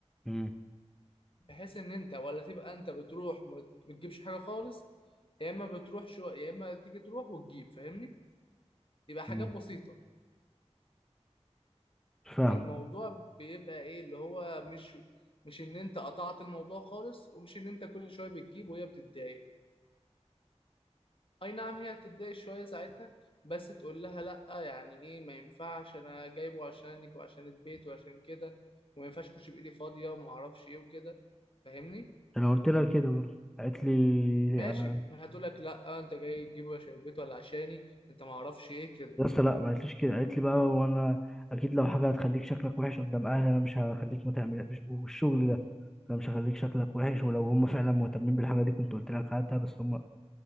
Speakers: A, in the centre; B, on the left.
A: مم.
B: بحيث ان انت ولا تبقى انت بتروح ما بتجيبش حاجه خالص يا اما بتروح شو يا اما تيجي تروح وتجيب فاهمني يبقى حاجات
A: مم.
B: بسيطه
A: فاهم
B: فالموضوع بيبقى ايه اللي هو مش مش ان انت قطعت الموضوع خالص ومش ان انت كل شويه بتجيب وهي بتتضايق اي نعم هي بتتضايق شويه ساعتها بس تقول لها لا يعني ايه ما ينفعش انا جايبه عشانك وعشان البيت وعشان كده وما ينفعش اخش بايدي فاضيه وما اعرفش ايه وكده فاهمني
A: انا قلت لها كده برضه قالت لي
B: ماشي
A: انا
B: هتقول لك لا انت جاي تجيبه عشان البيت ولا عشاني انت ما اعرفش ايه كده
A: لسه لا ما قالتليش كده قالت لي بقى وانا اكيد لو حاجه هتخليك شكلك وحش قدام اهلي انا مش هخليك ما تعمل والشغل ده انا مش هخليك شكلك وحش ولو هم فعلا مهتمين بالحاجه دي كنت قلت لك هاتها بس هم